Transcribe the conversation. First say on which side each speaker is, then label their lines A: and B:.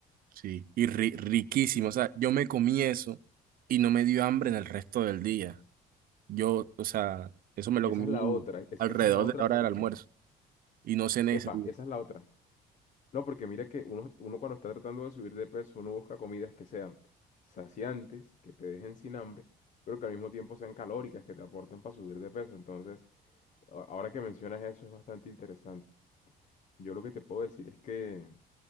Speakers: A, on the right (about 60°); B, on the left (about 45°).
A: Sí, y ri- riquísimo, o sea, yo me comí eso y no me dio hambre en el resto del día. Yo, o sea, eso me lo
B: Esa
A: comí
B: es la otra, es-
A: alrededor
B: esa es la otra
A: de la hora
B: porque,
A: del almuerzo y no cené
B: epa,
A: ese día.
B: esa es la otra. No, porque mira que uno, uno cuando está tratando de subir de peso, uno busca comidas que sean saciantes, que te dejen sin hambre, pero que al mismo tiempo sean calóricas, que te aporten para subir de peso. Entonces, a- ahora que mencionas eso es bastante interesante. Yo lo que te puedo decir es que,